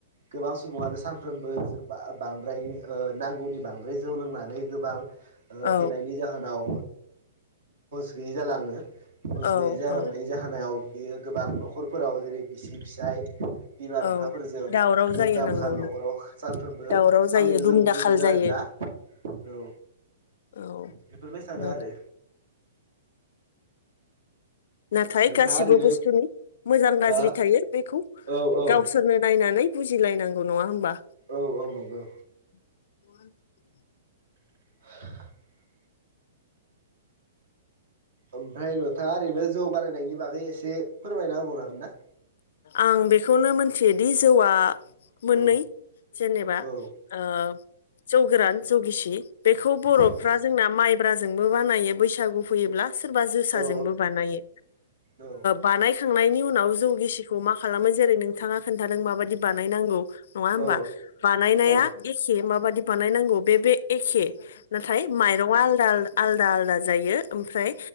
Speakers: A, on the right (about 85°); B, on the left (about 65°).
A: गोबां सुबुङानो सानफ्रोमबो बांद्राय नांगौनि बांद्राय जौ लोंनानै गोबां
B: औ
A: फेनायनि जाहोनाव हुस गैयै जालाङो हुस
B: औ
A: गैयै जालांनाय
B: औ
A: जाहोनाव बियो गोबां न'खरफोराव जेरै बिसि फिसाय बिमा
B: औ
A: बिफाफोरजों
B: दावराव
A: दुम
B: जायो
A: दामखा
B: नांगौ नंगौ
A: न'खराव सानफ्रोमबो
B: दावराव
A: खामनायखौ
B: जायो दुम
A: जों
B: दाखाल
A: नुनो मोनो
B: जायो
A: आरोना औ
B: औ
A: बेफोरबायसानो
B: <unintelligible>
A: आरो
B: नाथाय
A: नोंथाङा
B: गासिबो
A: ओरैनो
B: बुस्थुनि मोजां
A: हा
B: गाज्रि थायो बेखौ
A: औ औ
B: गावसोरनो नायनानै बुजिलायनांगौ नङा होनबा
A: औ औ नंगौ
B: म <inaudible>
A: <inaudible> ओमफ्राय नोंथाङा ओरैनो जौ बानायनायनि बागै एसे फोरमायना होबावनो हागोनदा
B: आं बेखौनो मिथियो दि जौआ मोननै
A: औ
B: जेनेबा
A: औ
B: ओ जौ गोरान जौ गिसि बेखौ बर'फ्रा
A: औ
B: जोंना माइब्राजोंबो बानायो बैसागु फैयोब्ला सोरबा जोसाजोंबो
A: औ
B: बानायो
A: औ
B: बानायखांनायनि उनाव जौ गिसि खौ मा खालामो जेरै नोंथाङा खोन्थादों माबायदि बानायनांगौ नङा होमबा
A: औ
B: बानायनाया
A: औ
B: एखे माबादि बानायनांगौ बे बे एखे नाथाय माइरङा आलादा आलादा आलदा जायो ओमफ्राय